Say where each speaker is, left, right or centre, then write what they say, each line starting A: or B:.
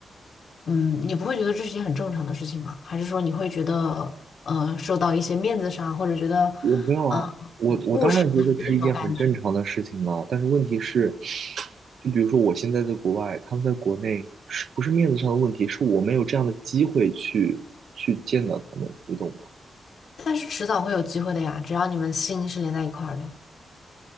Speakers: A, on the left; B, on the right.
A: 嗯，你不会觉得这是件很正常的事情吗？还是说你会觉得，呃，受到一些面子上，或者觉得，
B: 我没有啊，
A: 嗯、
B: 我我当然觉得这是一件很正常的事情了，
A: 务实的那种感觉？
B: 但是问题是，就比如说我现在在国外，他们在国内，是不是面子上的问题，是我没有这样的机会去去见到他们，你懂吗？
A: 但是迟早会有机会的呀，只要你们心是连在一块儿的。